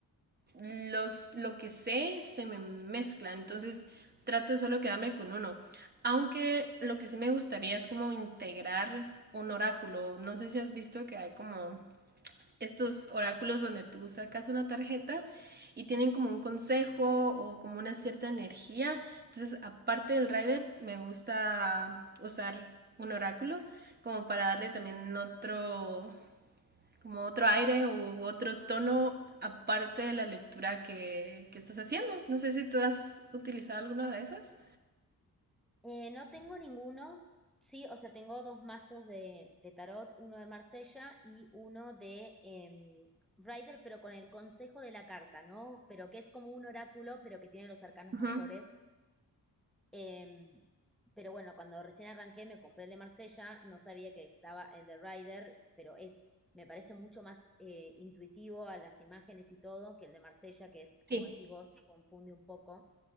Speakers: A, on the right; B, in the centre.
A: los, lo que sé se me mezcla, entonces trato de solo quedarme con uno. Aunque lo que sí me gustaría es como integrar un oráculo. No sé si has visto que hay como estos oráculos donde tú sacas una tarjeta y tienen como un consejo o como una cierta energía. Entonces, aparte del rider, me gusta usar un oráculo como para darle también otro como otro aire u otro tono aparte de la lectura que, que estás haciendo. No sé si tú has utilizado alguna de esas.
B: Eh, no tengo ninguno, sí, o sea, tengo dos mazos de, de tarot, uno de Marsella y uno de em, Rider, pero con el consejo de la carta, ¿no? Pero que es como un oráculo, pero que tiene los arcanos
A: Ujú,
B: mayores Em, pero bueno, cuando recién arranqué me compré el de Marsella, no sabía que estaba el de Rider, pero es, me parece mucho más eh, intuitivo a las imágenes y todo que el de Marsella, que es, como
A: Sí,
B: decís vos, confunde un poco.